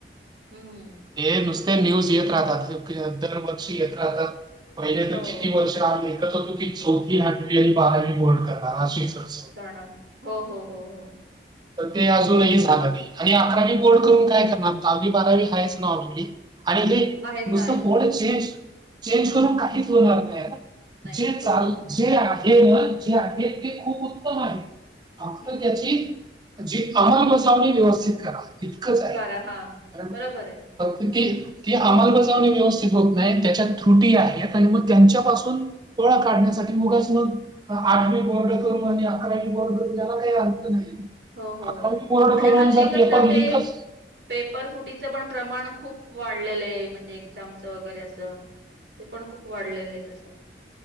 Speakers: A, on the right; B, on the right.
A: हम्म.
B: हे नुसते न्यूज येत राहतात दरवर्षी येत राहतात. पहिले तर
A: हो
B: किती वर्ष राह ऐ एकत होतो की चौथी आठवी आणि बारावी बोर्ड करणार हाशी खर्च.
A: करणार हो, हो, हो, हो.
B: तर ते अजूनही झालं की. आणि अकरावी बोर्ड करून काय करणार दहावी बारावी हायच ना ऑलरेडी. आणि हे
A: आहेच
B: नुसतं
A: आहेच
B: बड
A: हो
B: चेंज चेंज करून काहीच होणार नाही ना.
A: नाहीये
B: जे
A: हो
B: चाल जे आहे. मग जे आहे. ते खूप उत्तम आहे. फक्त
A: हम्म
B: त्याची
A: हम्म हम्म
B: जी अंमलबजावणी व्यवस्थित करा. इतकंच आहे
A: करा हा
B: कारण
A: बरोबर आहे.
B: फक्त गेल ती अंमलबजावणी व्यवस्थित होत नाही. त्याच्या त्रुटी आहेत आणि मग त्यांच्यापासून पळ काढण्यासाठी
A: हम्म.
B: मुगच मग आठवी बॉर्ड करू आणि अकरावी बॉर्ड ला काही अर्थ नाही
A: हो हो
B: आकामी बोर्ड
A: आणि
B: करून
A: हल्ली
B: जर
A: कसं
B: पेपर
A: ते
B: कच
A: पेपर फुटीचं पण प्रमाण खूप वाढलेलं आहे म्हणजे एक्झामच वगैरे असं ते पण खूप वाढलेलं आहे तसं